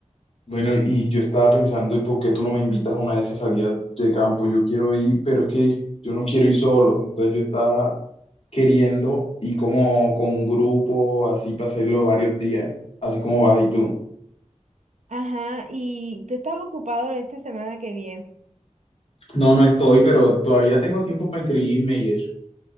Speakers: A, on the left (about 50°); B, on the right (about 70°).
A: Bueno, y yo estaba pensando, ¿y por qué tú no me invitas a una de esas salidas de campo? Yo quiero ir, pero es que yo no quiero ir solo. Entonces yo estaba queriendo ir como con un grupo, así para hacerlo varios días, así como vas y tú.
B: Ajá, y tú estás ocupado esta semana que viene.
A: No, no estoy, pero todavía tengo tiempo para inscribirme y eso.